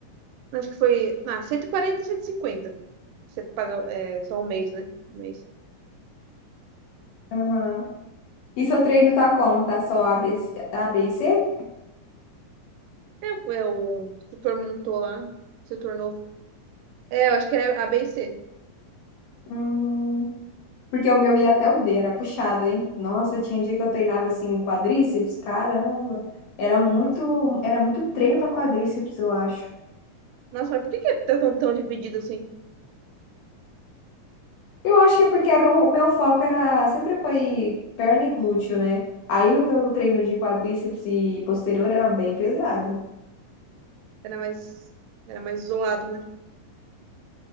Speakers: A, on the right; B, on the left.
A: Acho que foi. Ah, 140, cento e cinquenta Você paga é, só um mês, né? Um mês.
B: Aham. E seu treino tá como? Tá só A, B, C- A, B e C?
A: É, é, o instrutor montou lá. Setor novo. É, eu acho que é A, B e C.
B: Hum. Porque o meu ia até o D, era puxado, hein? Nossa, tinha dia que eu treinava assim quadríceps, caramba. Era muito,
A: Nossa,
B: era muito treino para quadríceps, eu acho.
A: nossa, mas por que que tá tão, tão dividido assim?
B: Eu acho que é porque era, o meu foco era sempre foi perna e glúteo, né? Aí o meu treino de quadríceps e posterior era bem pesado.
A: Era mais, era mais isolado, né?